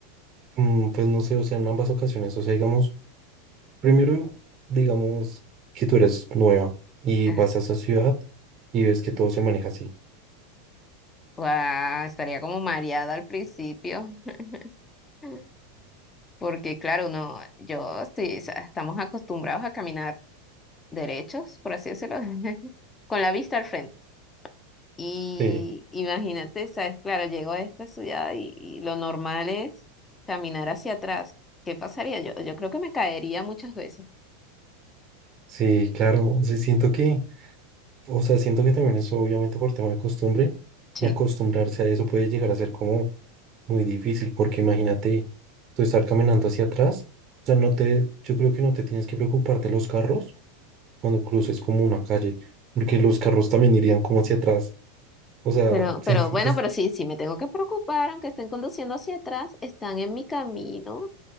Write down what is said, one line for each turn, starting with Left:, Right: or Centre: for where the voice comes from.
Right: Mm, pues no sé, o sea, en ambas ocasiones, o sea, digamos, primero, digamos que tú eres nueva y
Left: <laughs>
Right: vas a esa ciudad y ves que todo se maneja así.
Left: Guau, estaría como mareada al principio. <laughs> Porque claro, uno, yo estoy, o sea, estamos acostumbrados a caminar derechos, por así decirlo, <laughs> con la vista al frente. Y
Right: Sí,
Left: imagínate, sabes, claro, llego a esta ciudad y, y lo normal es caminar hacia atrás. ¿Qué pasaría? Yo, yo creo que me caería muchas veces.
Right: sí, claro, sí, siento que, o sea, siento que también eso obviamente por tema de costumbre y
Left: Sí.
Right: acostumbrarse a eso puede llegar a ser como muy difícil porque imagínate tú estar caminando hacia atrás, o sea, no te, yo creo que no te tienes que preocupar de los carros cuando cruces como una calle, porque los carros también irían como hacia atrás, o sea,
Left: Pero,
Right: <laughs> siento
Left: pero bueno,
Right: que es,
Left: pero sí, sí me tengo que preocupar, aunque estén conduciendo hacia atrás, están en mi camino